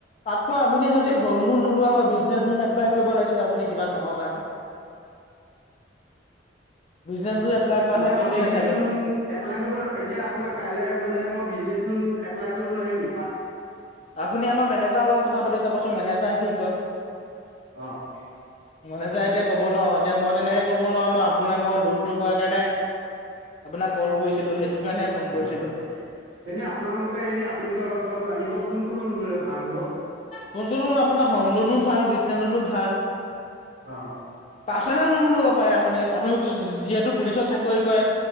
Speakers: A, on the left; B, on the right.
A: তাতকৈ আপুনি যদি হোম লোন নোলোৱা হয়। জুন এপ্লাই কৰিব লাগিছিলে আপুনি কিবা কামৰ কাৰণে বিজনেছ
B: অ
A: লোন এপ্লাই কৰা
B: এতিয়া
A: হয়
B: আমাৰ
A: কেছেই
B: বিজনেচ
A: নাথাকে
B: লোন এপ্লাই কৰিব এতিয়া আপোনাৰ কাইলৈ গলে মই বিজনেচ লোন এপ্লাই কৰিব নোৱাৰিম নেকি?
A: আপুনি আমাৰ মেনেজাৰৰ লগত কথা পাতি চাবচোন মেনেজাৰে কি কয়?
B: অ অ
A: মানেজাৰ এতিয়া ক'ব ন এতিয়া মই তেনেকে ক'ব নোৱাৰোঁ ন আপুনি মই লোনটো কোৱাৰ কাৰণে আপোনাক কল কৰিছিলো সেইটো কাৰণে ফোন
B: অ
A: কৰিছিলো
B: অ এনে আপোনাৰ মতে এনে আপুনিতো অলপ চলপ জানিব কোন কোনটো লোন ললে ভাল হব।
A: কোনটো লোন আপোনাৰ হোম লোনো ভাল বিছনেচ লোনো ভাল।
B: অ
A: পাৰ্চনেল লোনো লব পাৰে আপুনি আপুনি যিহেতু পুলিচত চাকৰি কৰে।